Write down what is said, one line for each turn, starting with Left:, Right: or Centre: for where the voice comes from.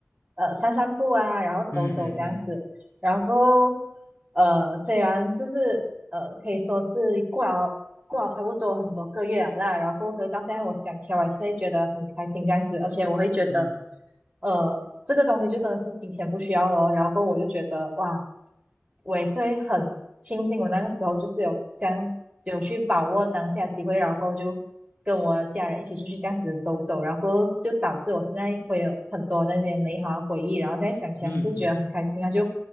Right: 呃散散步啊，然后走走这样子。
Left: 嗯嗯嗯
Right: 然后呃，虽然就是呃，可以说是过了过了差不多很多个月了啦，然后可是到现在我想起来，我还是会觉得很开心这样子，而且我会觉得
Left: 嗯
Right: 呃，这个东西就真的是金钱不需要了。然后我就觉得哇，我也是会很庆幸我那个时候就是有将有去把握当下机会，然后过后就跟我家人一起出去这样子走走，然后过后就导致我现在会有很多那些美好的回忆，然后现在想起来还是觉得很开心啊，
Left: 嗯嗯
Right: 就。